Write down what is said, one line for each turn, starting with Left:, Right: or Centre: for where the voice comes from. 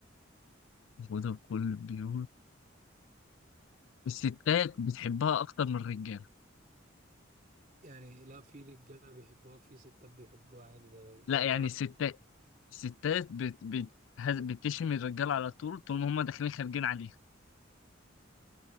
Left: موجودة في كل البيوت الستات بتحبها أكتر من الرجالة
Right: يعني لا في رجاله بيحبوها في ستات بيحبوها عادي ده, ده ده
Left: لا
Right: البلد
Left: يعني الستات الستات بت... بت... هز- بتشم الرجالة على طول طول ما هما داخلين خارجين عليها